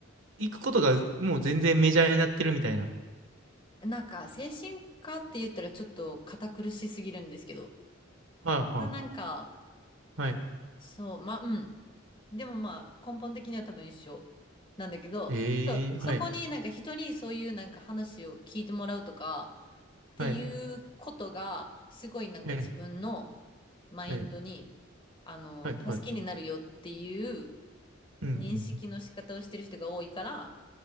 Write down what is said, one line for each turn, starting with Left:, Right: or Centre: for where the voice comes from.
Right: 行くことがもう全然メジャーになってるみたいな。
Left: なんか精神科って言ったらちょっと堅苦しすぎるんですけど、
Right: はいはい。
Left: ただなんか、
Right: はい。
Left: そう、まあ、うん。でもまあ根本的には多分一緒なんだけど、
Right: ええはい。
Left: そう、そこになんか人にそういうなんか話を聞いてもらうとかっていうことがすごいなんか自分の
Right: はい。はい
Left: マインドに
Right: はい、
Left: あの助けになるよっていう
Right: はい、はい。うん。
Left: 認識の仕方をしてる人が多いから、